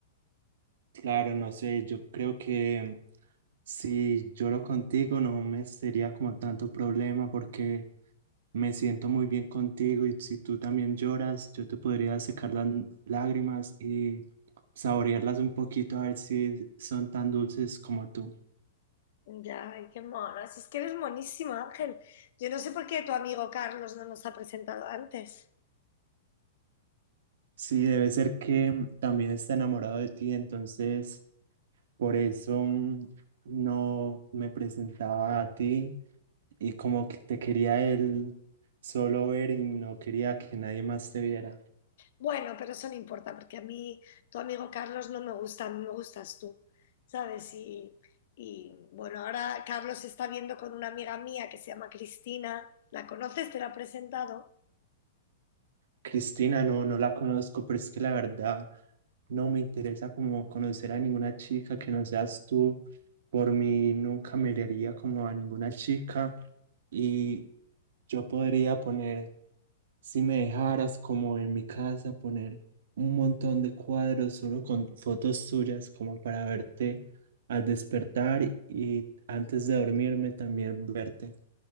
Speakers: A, on the right; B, on the left.
A: Claro, no sé, yo creo que si yo lo contigo no me sería como tanto problema porque Me siento muy bien contigo y si tú también lloras, yo te podría secar las n- lágrimas y saborearlas un poquito a ver si son tan dulces como tú.
B: Ya, ay, qué mona. Si es que eres monísimo, Ángel. Yo no sé por qué tu amigo Carlos no nos ha presentado antes.
A: Sí, debe ser que también está enamorado de ti, entonces por eso mm, no me presentaba a ti y como que te quería él solo ver y no quería que nadie más te viera.
B: Bueno, pero eso no importa, porque a mí tu amigo Carlos no me gusta, a mí me gustas tú, ¿sabes? Y, y bueno, ahora Carlos está viendo con una amiga mía que se llama Cristina. ¿La conoces? ¿Te la ha presentado?
A: Cristina, no, no la conozco, pero es que la verdad... no me interesa como conocer a ninguna chica que no seas tú. Por mí nunca me daría como a ninguna chica y yo podría poner, si me dejaras como en mi casa, poner un montón de cuadros solo con fotos tuyas como para verte al despertar y antes de dormirme también verte.